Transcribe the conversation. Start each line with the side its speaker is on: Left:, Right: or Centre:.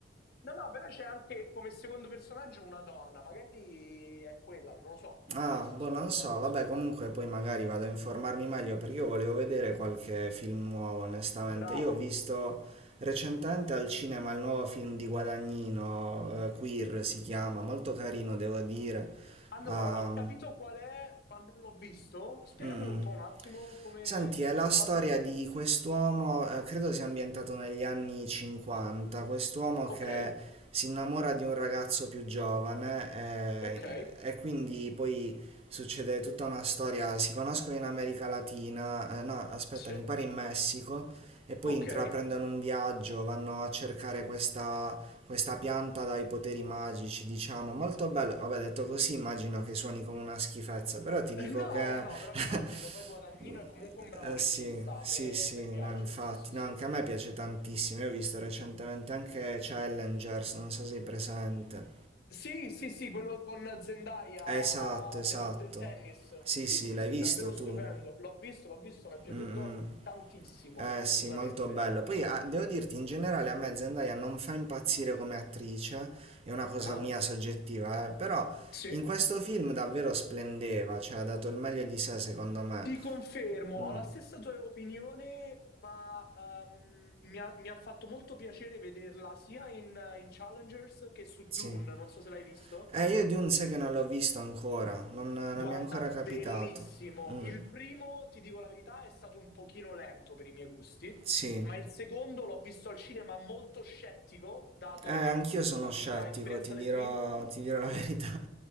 Left: No, no, però c'è anche come secondo personaggio una donna, magari è quella, non lo so,
Right: Ah,
Left: adesso
Right: boh, non
Left: non, non
Right: so, vabbè,
Left: so.
Right: comunque poi magari vado a informarmi meglio perché io volevo vedere qualche film nuovo, onestamente.
Left: Bravo.
Right: Io ho visto recentemente al cinema il nuovo film di Guadagnino, eh, Queer si chiama, molto carino, devo dire.
Left: Allora,
Right: Ah,
Left: ho capito qual è, ma non l'ho visto. Spiegamelo
Right: Mm.
Left: un po' un attimo come...
Right: Senti, è
Left: di
Right: la
Left: che
Right: storia
Left: parlo.
Right: di quest'uomo, eh, credo sia ambientato negli anni 50, quest'uomo
Left: Ok,
Right: che si innamora di un ragazzo più giovane eh,
Left: ok,
Right: e quindi poi succede tutta una storia, si conoscono in America Latina, eh, no, aspetta,
Left: sì,
Right: mi pare in Messico, e poi
Left: ok.
Right: intraprendono un viaggio, vanno a cercare questa questa pianta dai poteri magici, diciamo, molto bello. Vabbè, detto così immagino che suoni come una schifezza, però ti dico
Left: No,
Right: che...
Left: no, no, però immagino,
Right: <laughs>
Left: poi Guadagnino è comunque un bravo
Right: eh
Left: regista,
Right: sì,
Left: a
Right: sì,
Left: me,
Right: sì,
Left: a me piace,
Right: no, infatti,
Left: sì, sì, sì.
Right: no, anche a me piace tantissimo. Io ho visto recentemente anche Challengers, non so se sei presente.
Left: Sì, sì, sì, quello con Zendaya
Right: Esatto, esatto.
Left: del, del tennis,
Right: Sì,
Left: sì,
Right: sì,
Left: sì,
Right: l'hai
Left: sì,
Right: visto
Left: davvero
Right: tu?
Left: stupendo, l'ho visto, l'ho visto, mi è piaciuto
Right: Mm, mm.
Left: tantissimo,
Right: Eh
Left: assolutamente.
Right: sì, molto bello. Poi ah, devo dirti, in generale a me Zendaya non fa impazzire come attrice, è una cosa
Left: Ah,
Right: mia soggettiva, eh, però
Left: Sì?
Right: in questo film davvero splendeva, cioè ha dato il meglio di sé secondo me.
Left: Ti confermo,
Right: Mm,
Left: ho la stessa tua opinione, ma ehm, mi ha, mi ha fatto molto piacere vederla sia in, in Challengers che su
Right: sì.
Left: Dune, non so se l'hai visto.
Right: Eh, io Dune sai che non l'ho visto ancora, non, non
Left: Guarda,
Right: mi è ancora
Left: bellissimo.
Right: capitato. Mm,
Left: Il primo, ti dico la verità, è stato un pochino lento per i miei gusti,
Right: sì.
Left: ma il secondo l'ho visto al cinema molto scettico, dato
Right: Eh, anch'io sono
Left: la brutta
Right: scettico,
Left: esperienza
Right: ti dirò,
Left: del primo,
Right: ti dirò la verità.